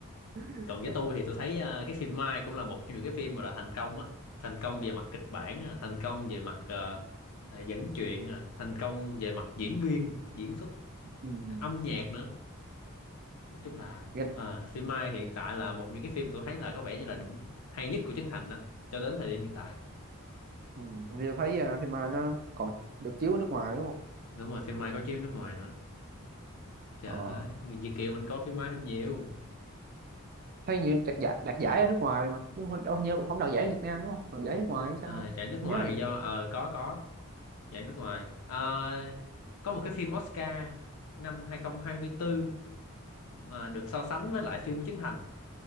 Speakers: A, on the right; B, on the left.
A: <laughs>
B: còn với tôi thì tôi thấy à, cái phim Mai cũng là một trong những cái phim mà là thành công á, thành công về mặt kịch bản, à, thành công về mặt ờ, à, dẫn chuyện, à, thành công về mặt diễn viên, diễn xuất
A: ừ.
B: âm nhạc nữa nói chung là
A: nghe-
B: à, phim Mai hiện tại là một những cái phim mà tôi thấy là có vẻ như là đỉnh hay nhất của Trấn Thành đó cho đến thời điểm hiện tại
A: ừ. hình như tôi thấy ờ, phim mà nó còn được chiếu ở nước ngoài đúng không
B: đúng rồi phim Mai có chiếu nước ngoài nữa trời
A: ờ.
B: ơi người Việt kiều mình có phim Mai thêm nhiều
A: thấy như đạt giải đạt giải ở nước ngoài mà nhưng mà đâu hình như không đạt giải ở Việt Nam đúng không mà đạt giải nước ngoài hay sao
B: à, giải nước
A: không
B: ngoài
A: nhớ là
B: thì
A: vậy
B: do ờ có có giải nước ngoài Ờ, có một cái phim Oscar năm 2024 mà được so sánh với lại phim của Trấn Thành